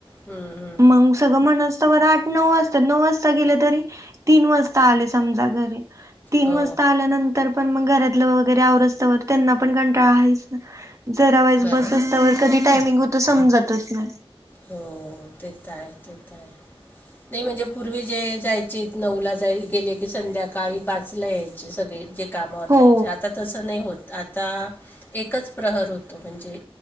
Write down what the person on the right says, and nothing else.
मग सगळं म्हण असत बर आठ नऊ वाजता नऊ वाजता गेलं तरी तीन वाजता आले समजा घरी तीन
वाजता आल्यानंतर तर पण मग घरातलं वगैरे आवर असतवर त्यांना पण कंटाळा आहेच ना जरा वैज
बसस्तवर
कधी टायमिंग होत समजतच नाही.
हो